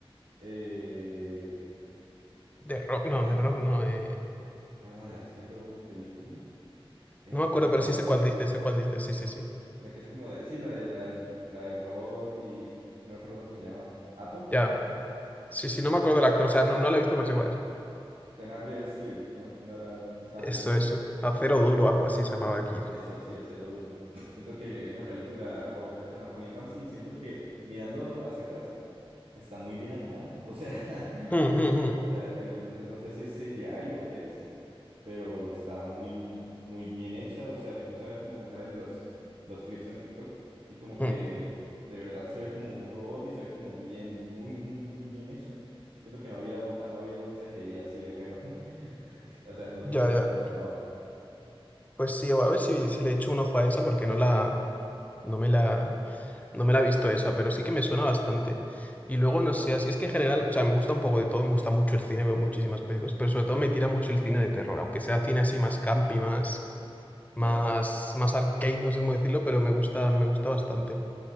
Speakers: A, on the right; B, on the left.
A: eh,
B: De Rock,
A: ¿cómo
B: no,
A: se llama?
B: de Rock no, eh,
A: Alma de Acero, película, eh,
B: no me acuerdo,
A: ¿cómo se
B: pero
A: llama?
B: sí sé cuál dice, sé cuál dice, sí, sí, sí.
A: La que es como de, sí, la, de, la, del, la del robot y que no me acuerdo cómo se llama, Atom.
B: Ya, sí, sí, no me acuerdo
A: Ah,
B: del actor,
A: ah,
B: o sea, no, no la he visto, pero sé cuál es.
A: se llama Real Steel, no, me, no, era, no estaba
B: Eso,
A: ni cerca.
B: eso. Acero duro, algo así se llamaba aquí, sí.
A: Eso sí, Acero Duro. Siento que esa película, wow, esa marcó mi infancia y siento que mirando hacia atrás está muy bien animada. O sea, <laughs>
B: Mm, mm,
A: o sea, el- no sé si es CGI o qué es, pero está muy, muy bien hecha. O sea, me puse a ver cómo me salen los, los clips en TikTok y como que
B: mm, mm.
A: de verdad se ve como un robot y se ve como bien, muy, muy, muy bien hecha. Siento que no había, no había un CGI así de bueno. <laughs> O sea, en dos
B: Ya,
A: mil once
B: ya.
A: no me lo esperaba,
B: Pues sí, a ver si, si le echo un ojo a esa porque no la, no me la, no me la he visto esa, pero sí que me suena bastante. Y luego, no sé, así es que en general, o sea, me gusta un poco de todo, me gusta mucho el cine, veo muchísimas películas, pero sobre todo me tira mucho el cine de terror, aunque sea cine así más campi, más,
A: claro.
B: más, más arcade, no sé cómo decirlo, pero me gusta, me gusta bastante.